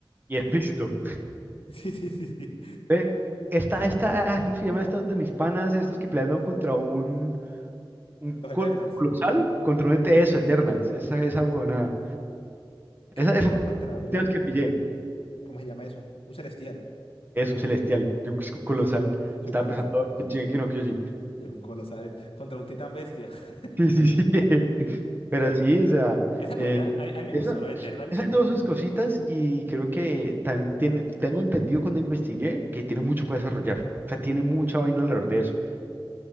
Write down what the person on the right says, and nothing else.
Y explícito.
Ve, Esta, esta, ah, ¿cómo se llama estos de mis panas? Estos que pelearon contra un, un
col-
colosal, contra un ET, eso, Eternals. Esa, esa huevonada.
Esa,
esa fue
de que pillé.
Es un celestial, de un, es un colosal.
Estaba
pensando
en Shingeki no Kyojin. <laughs>
Sí, sí, sí. <laughs> Pero sí, o sea,
Esa,
esa Dime. tuvo sus cositas y creo que tan- tiene- tengo entendido cuando investigué que tiene mucho para desarrollar. O sea, tiene mucha vaina alrededor de eso.